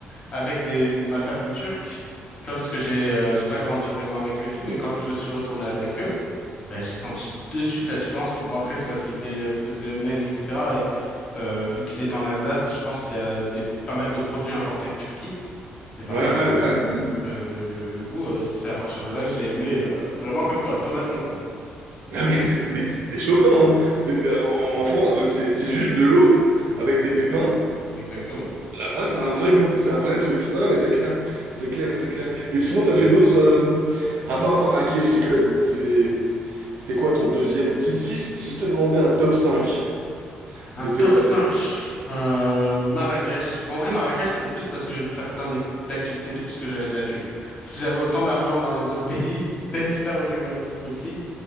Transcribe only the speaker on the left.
avec des ma famille turque, tu vois, parce que j'ai euh, j'ai pas grandi vraiment avec eux et tout, mais quand je suis retourné avec eux, ben, j'ai senti de suite la différence. Bon après, c'est parce qu'ils les faisaient eux-mêmes, etc. Et euh, vu qu'ils étaient en Alsace, je pense qu'il y a des pas mal de produits importés de Turquie. C'est pareil,
hein,
le, le le le goût, euh, c'est à partir de là que j'ai aimé euh, vraiment comme toi, tomate concombre.
Exactement.
Un
top
cinq
Euh, Marrakech. En vrai, Marrakech, c'est plus parce que j'ai pu faire plein d'ac- d'activités et tout, parce que j'avais de la thune. Si j'avais autant d'argent dans les autres <laughs> pays, peut-être ça aurait valu le coup aussi.